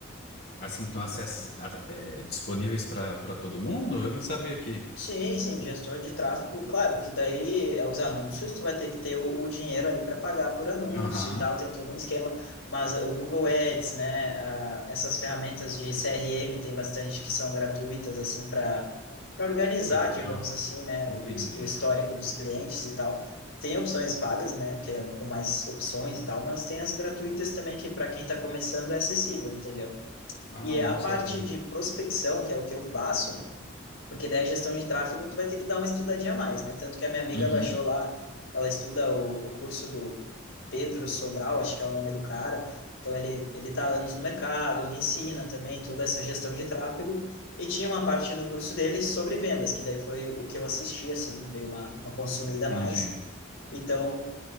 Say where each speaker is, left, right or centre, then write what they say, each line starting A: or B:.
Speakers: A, on the left (about 55°); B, on the left (about 80°).
A: assim, estão acessas, a- é, disponíveis para para todo mundo? Eu não sabia que.
B: Sim, sim, gestor de tráfego, claro que daí é os anúncios, tu vai ter que ter o, o dinheiro ali para pagar por anúncio
A: Aham.
B: e tal, tem todo um esquema, mas ah, o Google Ads, né, ah, essas ferramentas de CRM tem bastante que são gratuitas, assim, para para organizar,
A: Pra criar.
B: digamos
A: o-
B: assim, né,
A: Entendi.
B: o, his- o histórico dos clientes e tal. Tem opções pagas, né, que é com mais opções e tal, mas tem as gratuitas também que para quem está começando é acessível, entendeu?
A: Ah,
B: E
A: bom
B: a parte
A: saber.
B: de prospecção, que é o que eu faço, Porque daí a gestão de tráfego tu vai ter que dar uma estudadinha a mais, né? Tanto que a minha amiga
A: Uhum.
B: baixou lá, ela estuda o, o curso do Pedro Sobral, acho que é o nome do cara. Então ele ele tá há anos no mercado, ele ensina também toda essa gestão de tráfego e tinha uma parte do curso dele sobre vendas, que daí foi o que eu assisti assim, dei uma uma consumida
A: Entendi.
B: a mais. Então,